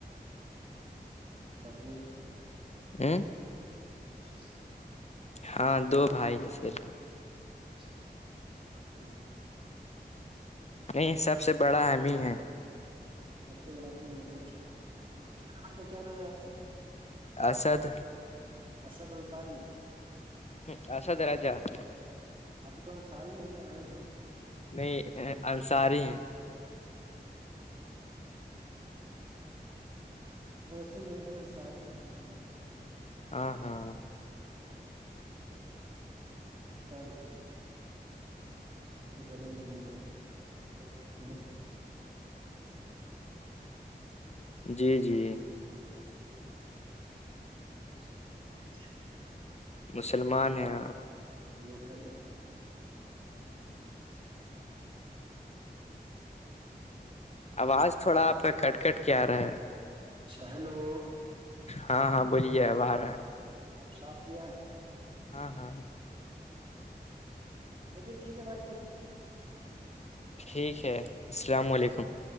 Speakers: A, on the right; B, on the left.
A: آپ لوگ
B: اوں
A: وہ بھائی
B: ہاں دو بھائی ہے سیر
A: اچھا سب سے چھوٹا اپنا
B: نہیں سب سے بڑا ہم ہی ہے
A: سب سے بڑا تم پھر چھوٹا بھائی کا کیا نام ہے آپ کا
B: اسد
A: ارشد انصاری
B: اسد رضا
A: آپ کے تو انساری ہو یا رائن ہاں
B: نہیں انصاری ہیں
A: ویسے میں بھی انسار ہی ہوں
B: ہاں ہاں
A: س اور <unintelligible> صدیقی کرنے سے پہلے ہم لوگ مسلمان <unintelligible>
B: جی جی
A: سب سے پہلاے لوگ مسلمان کیا ہیں <unintelligible>
B: مسلمان ہیں
A: لوک <unintelligible>
B: آواز تھوڑا آپ کا کٹ کٹ کیا رہا ہے
A: اچھا ہیلو
B: ہاں ہاں بولیے باہر ہے
A: اب اب صاف گیا
B: ہاں ہاں
A: چلیے ٹھیک ہے بھائی جانب
B: ٹھیک ہے السلام علیکم